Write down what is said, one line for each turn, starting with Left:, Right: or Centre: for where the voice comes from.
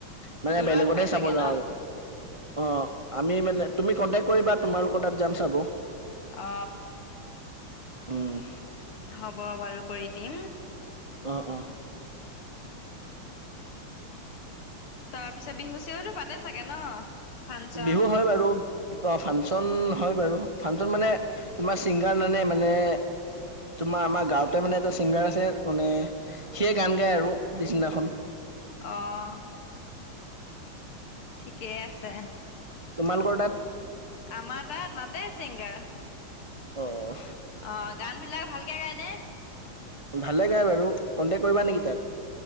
Right: মানে
Left: দুৰত
Right: বেলেগতহে
Left: হয় চাগে
Right: চাব যাওঁ
Left: ন
Right: আৰু অ, আমি মানে তুমি কণ্টেক্ট কৰিবা তোমালোকৰ তাত যাম চাব
Left: অ,
Right: উম,
Left: হ'ব বাৰু কৰি দিম
Right: অ, অ,
Left: তাৰ পিছত বিহু চিহুতো পাতে চাগে ন ফাংচন?
Right: বিহু হয় বাৰু অ, ফাংচন হয় বাৰু, ফাংচন মানে তোমাৰ ছিংগাৰ নানে মানে তোমাৰ আমাৰ গাঁৱতে মানে এটা ছিংগাৰ আছে মানে, সিয়ে গান গায় আৰু পিছদিনাখন
Left: অ', ঠিকেই আছে
Right: তোমালোকৰ তাত
Left: আমাৰ তাত মা ছিংগাৰ
Right: অ'
Left: অ', গান বিলাক ভালকে গায়নে
Right: ভালে গায় বাৰু, কণ্টেক্ট কৰিবা নেকি তাক